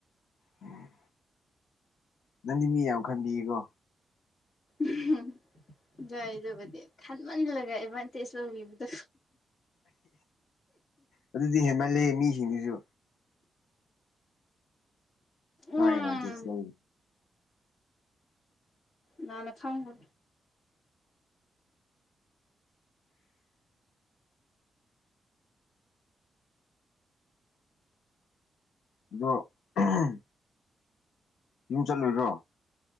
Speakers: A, on the left; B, on the left.
A: ꯎꯝ ꯅꯪꯗꯤ ꯃꯤ ꯌꯥꯝ ꯈꯟꯕꯤꯌꯦꯀꯣ
B: ꯑꯝꯍꯝ ꯌꯥꯒꯥꯏꯗꯕꯗꯤ ꯈꯟꯃꯜꯂꯒ ꯑꯦꯗꯚꯥꯟꯇꯦꯖ ꯂꯧꯕꯤꯕꯗꯣ
A: ꯑꯗꯨꯗꯤ ꯍꯦꯟꯃꯜꯂꯦ ꯃꯤꯁꯤꯡꯁꯤꯁꯨ ꯃꯥ
B: ꯎꯝ
A: ꯑꯦꯗꯚꯥꯟꯇꯦꯖ ꯂꯧ
B: ꯅꯅ ꯈꯪꯕ
A: ꯑꯗꯣ ꯑꯝꯍꯝ ꯌꯨꯝ ꯆꯠꯂꯨꯔꯣ